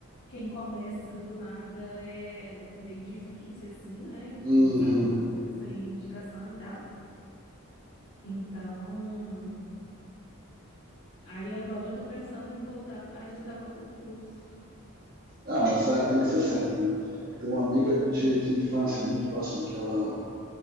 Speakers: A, on the left (about 55°); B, on the right (about 40°).
A: quem começa do nada é meio difícil assim, né? Começar
B: uhum.
A: do nada, sem indicação e tal. Então, aí agora eu tô pensando em voltar a estudar para concurso.
B: Ah, mas ah, tem que ser sempre, né? Tem uma amiga
A: Uhum,
B: de, de infância muito próxima que ela,